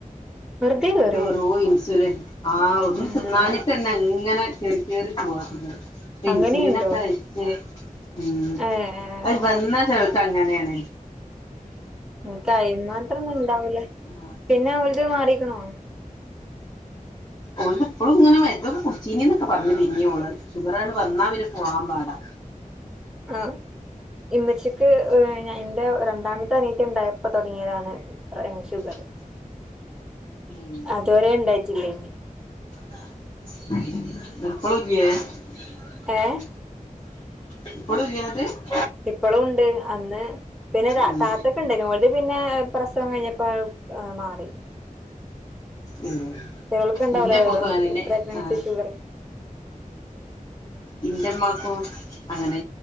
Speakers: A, in the centre; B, on the left (about 30°).
A: വെറുതെ കേറിയോ
B: ഓരോ ഇൻസുലിൻ ആ ഒന്നും
A: ഏഹ്
B: തിന്നാഞ്ഞിട്ടെന്നെ അങ്ങനെ കേറി കേറി പോവാ ഇങ്ങനെ ഇൻസുലിനൊക്കെ
A: അങ്ങനെയുണ്ടോ
B: വെച്ച് ഉം
A: ഏഹ്
B: അത്
A: ഏഹ്
B: വന്നാ ചെലർക്ക് അങ്ങനെയാണ്
A: ഉം ഇക്കയമാത്രം ഉണ്ടാവൂല
B: ആഹ്
A: പിന്നെ ഓൾതു മാറിക്കിനോ
B: ഓൾത് ഇപ്പളും ങ്ങനെ മരുന്നൊക്കെ കുടീച്ചീനി ന്നൊക്കെ പറഞ്ഞു പിന്നിം ഓള് ഷുഗറങ്ങട്ട് വന്നാ പിന്നെ പോവാൻ പാടാ
A: ആഹ ഇമ്മച്ചിക്ക് ന്റെ രണ്ടാമത്തെ അനിയത്തി ണ്ടായപ്പോ തൊടങ്ങിയതാണ് പ്ര ഷുഗർ
B: <inaudible> ഉം
A: അതുവരെ ണ്ടായിട്ടില്ലേനി
B: <unintelligible>
A: ഏഹ്
B: <inaudible>
A: ഇപ്പളും ണ്ട് അന്ന് പിന്നെ
B: ഉം
A: താത്തയ്ക്ക് ണ്ട് ഓൾത് പിന്നെ പ്രസവം കഴിഞ്ഞ പ്പോ ആ മാറി
B: ഉ
A: ചെലോൽക്ക് ഇണ്ടാവൂലേ
B: ഇന്റെ പൊക്ക അങ്ങനാന്നെ
A: പ്രഗ്നൻസി
B: ആഹ
A: ഷുഗർ
B: എന്റെ ഉമ്മാക്കും അങ്ങനെ